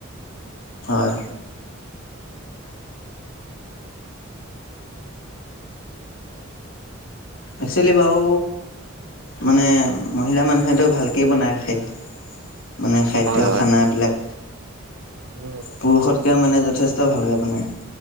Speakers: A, on the left; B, on the right.
A: হয়। একচলি বাও মানে মহিলা মানুহেতো ভালকে বনায় খাদ্য মানে খাদ্য
B: হয় হয়
A: খানা বিলাক
B: উম,
A: পুৰুষতকৈ মানে যথেষ্ট ভালকৈ বনাই।